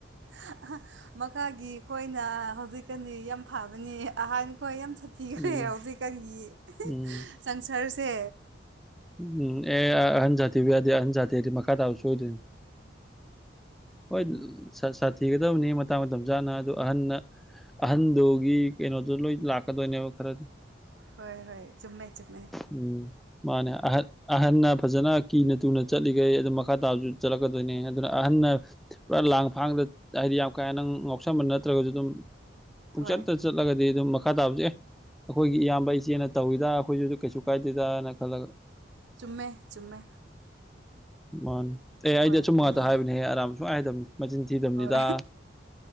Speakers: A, on the right (about 70°); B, in the centre.
A: ꯑꯍꯥ ꯃꯈꯥꯒꯤ ꯈꯣꯏ ꯑꯩꯅ ꯍꯧꯖꯤꯛꯀꯥꯟꯗꯤ ꯌꯥꯝ ꯐꯕꯅꯦ ꯑꯍꯟꯈꯣꯏ ꯌꯥꯝ ꯁꯥꯊꯤꯈ꯭ꯔꯦ
B: ꯎꯝ
A: ꯍꯧꯖꯤꯛꯀꯥꯟꯒꯤ <unintelligible>
B: ꯎꯝ
A: ꯁꯪꯁꯥꯔꯁꯦ
B: ꯎꯝ ꯑꯦ ꯑꯍꯟ ꯁꯥꯊꯤꯕ ꯌꯥꯗꯦ ꯑꯍꯟ ꯁꯥꯊꯤꯔꯗꯤ ꯃꯈꯥ ꯇꯥꯕ ꯁꯣꯢꯗꯨꯢꯅꯤ ꯍꯣꯏꯗ <unintelligible> ꯁꯥ ꯁꯥꯊꯤꯒꯗꯕꯅꯤ ꯃꯇꯥꯡ ꯃꯇꯝ ꯆꯥꯅ ꯑꯗꯨ ꯑꯍꯟꯅ ꯑꯍꯟꯗꯨꯒꯤ ꯀꯩꯅꯣꯗꯨ ꯂꯣꯏ ꯂꯥꯛ ꯀꯗꯣꯏꯅꯦꯕ ꯈꯔꯗꯤ
A: ꯍꯣꯏ ꯍꯣꯏ ꯆꯨꯝꯃꯦ ꯆꯨꯝꯃꯦ
B: ꯎꯝ ꯃꯥꯅꯦ ꯑꯥ ꯑꯍꯟꯅ ꯐꯖꯅ ꯀꯤꯅ ꯇꯨꯅ ꯆꯠꯂꯤꯒꯩ ꯑꯗꯨꯝ ꯃꯈꯥ ꯇꯥꯕꯖꯨ ꯆꯠꯂꯛꯀꯗꯣꯏꯅꯤ ꯑꯥ ꯑꯗꯨꯅ ꯑꯍꯟꯅ ꯄꯨꯔꯥ ꯂꯥꯡ ꯐꯥꯡꯗ ꯍꯥꯏꯗꯤ ꯌꯥꯝ ꯀꯥꯍꯦꯟꯅ ꯉꯥꯎꯁꯟꯕ ꯅꯠꯇ꯭ꯔꯒꯁꯨ ꯑꯗꯨꯝ ꯄꯨꯡꯆꯠꯇ
A: ꯍꯣꯏ
B: ꯆꯠꯂꯒꯗꯤ ꯑꯗꯨꯝ ꯃꯥ ꯃꯈꯥ ꯇꯥꯕꯖꯦ ꯑꯦ ꯑꯩꯈꯣꯏꯒꯤ ꯏꯌꯥꯝꯕ ꯏꯆꯦꯅ ꯇꯧꯏꯗ ꯑꯩꯈꯣꯏꯁꯨ ꯀꯩꯁꯨ ꯀꯥꯏꯗꯦꯗ ꯅ ꯈꯜꯂꯒ
A: ꯆꯨꯝꯃꯦ ꯆꯨꯝꯃꯦ
B: ꯃꯥꯅꯤ ꯑꯦ ꯑꯩꯗꯤ
A: ꯍꯣꯏ
B: ꯑꯆꯨꯝꯕ ꯉꯥꯛꯇ
A: ꯎꯝ
B: ꯍꯥꯏꯕꯅꯦꯍꯦ ꯑꯔꯥꯟꯕ ꯁꯨꯡꯍꯥꯏ ꯍꯥꯏꯗꯕꯅꯤ ꯃꯆꯤꯟ ꯊꯤꯗꯕꯅꯤꯗ
A: ꯍꯣꯏ